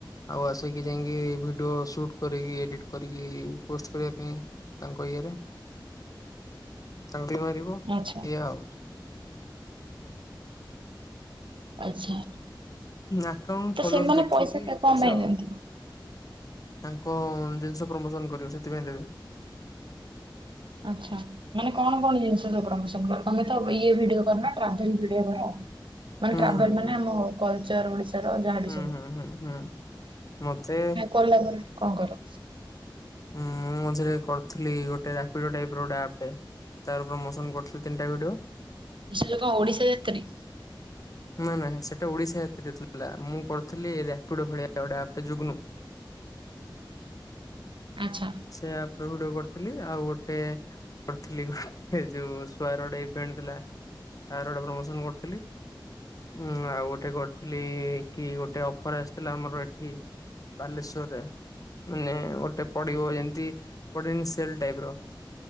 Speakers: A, on the left (about 45°); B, on the right (about 80°).
A: ଆଉ ଆସେକି ଯାଇଁକି ଭିଡିଓ ସୁଟ୍ କରିକି ଏଡିଟ୍ କରିକି ପୋଷ୍ଟ କରିବା ପାଇଁ। ତାଙ୍କ ଇଏରେ, ତାଙ୍କୁ ମାରିବ ଏଇୟା
B: ଆଚ୍ଛା
A: ଆଉ।
B: ଆଛା,
A: ଆକାଉଣ୍ଟ
B: ତ
A: ଫଲୋର୍ସ
B: ସେମାନେ
A: ଦେଖିକି
B: ପଇସାଟା
A: ପଇସା
B: କଣ ପାଇଁ
A: ଆଉ।
B: ଦିଅନ୍ତି?
A: ତାଙ୍କ ଜିନିଷ ପ୍ରମୋସନ୍ କରିବ ସେଥିପାଇଁ ଦେବେ।
B: ଆଚ୍ଛା। ମାନେ କଣ କଣ ଜିନିଷ ସବୁ ପ୍ରମୋସନ କର, ତମେ ତ ଇଏ ଭିଡିଓ କର ନା, ଟ୍ରାବେଲ୍ ଭିଡିଓ କର। ମାନେ
A: ହୁଁ
B: ଟ୍ରାବେଲ୍
A: ହୁଁ
B: ମାନେ ଆମ କଲଚର୍ ଓଡିଶାର ଯାହାବି
A: ହୁଁ
B: ସବୁ।
A: ହୁଁ ହୁଁ ହୁଁ, <unintelligible>
B: କଲା ପରେ କଣ କର?
A: ଉଁ-ଉଁ ମୁଁ ମଝିରେ କରୁଥିଲି ଗୋଟେ ରାପିଡୋ ଟାଇପର୍ ଗୋଟେ ଆପ୍ ଟେ। ତାର ପ୍ରମୋସନ କରିଥିଲି ତିନିଟା ଭିଡିଓ।
B: ସେ ସବୁ କଣ ଓଡିଶା ଯାତ୍ରୀ?
A: ନା-ନା, ସେଟା ଓଡିଶା ଯାତ୍ରୀ ନ ଥିଲା ମୁଁ କରିଥିଲି ରାପିଡୋ ଭଳିଆ ଗୋଟେ ଆପ୍ ଟେ ଯୁଗନୁ।
B: ଆଚ୍ଛା।
A: ସେ ଆପ୍ ର ଗୋଟେ କରିଥିଲି ଆଉ ଗୋଟେ ପଥିଲି ଏ ଯୋଉ ଶୁଆରଟେ ଇଭେଣ୍ ଥିଲା। ତାର ଗୋଟେ ପ୍ରମୋସନ୍ କରିଥିଲି। ଉଁ ଆଉ ଗୋଟେ କରିଥିଲି କି ଗୋଟେ ଅଫର ଆସିଥିଲା ଆମର ଏଠି ବାଲେଶ୍ଵରରେ ମାନେ ଗୋଟେ ପ ଥିବ ଯେମିତି ପଡ଼େନି ସେଲ୍ ଟାଇପ୍ ର।